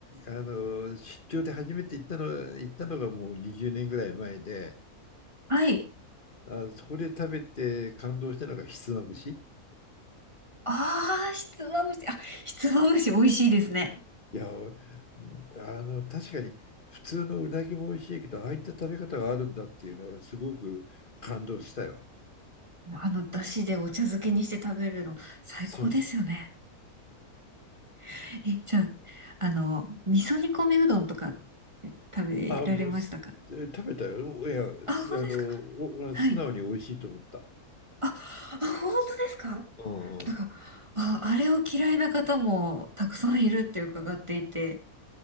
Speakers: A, on the left (about 35°); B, on the right (about 20°).
A: あの出張で初めて行ったの行ったのがもう20年ぐらい前で
B: はい。
A: あそこで食べて感動したのがひつまぶし
B: ああ、ひつまぶし。あ、ひつまぶし美味しいですね。
A: いやあの確かに普通のうなぎも美味しいけどああいった食べ方があるんだっていうのはすごく感動したよ
B: あの、だしでお茶漬けにして食べるの最高ですよね。
A: そうそう
B: <laughs> え、じゃあ、あの、味噌煮込みうどんとかって食べられましたか
A: あもうす食べたよいやすあのお素直に美味しいと思った
B: あ、本当ですかはいあ、あ、本当ですか
A: うんうん
B: なんか、あ、あれを嫌いな方もたくさんいるって伺っていて。